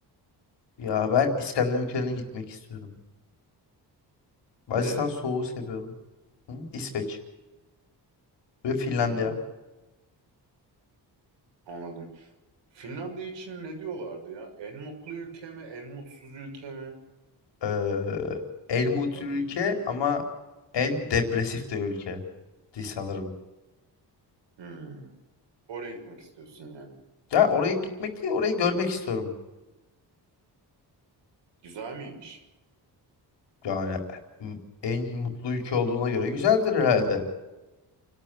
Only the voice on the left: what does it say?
Ya ben İskandinav ülkelerine gitmek istiyorum. Bacıstan
soğuğu seviyorum. Hı? İsveç ve Finlandiya.
eee, en mutlu
ülke ama en depresif de ülke diye sanırım.
Ya oraya gitmek değil, orayı görmek istiyorum.
Yani m- en mutlu ülke olduğuna göre güzeldir herhalde.